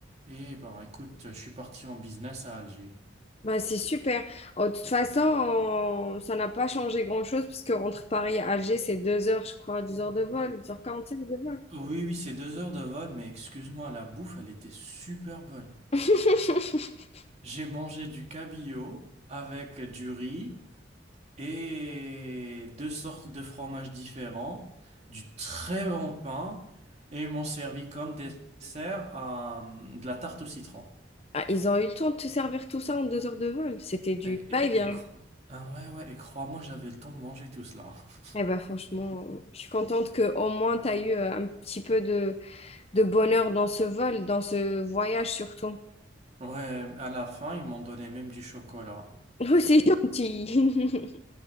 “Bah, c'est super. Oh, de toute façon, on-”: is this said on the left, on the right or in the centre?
Left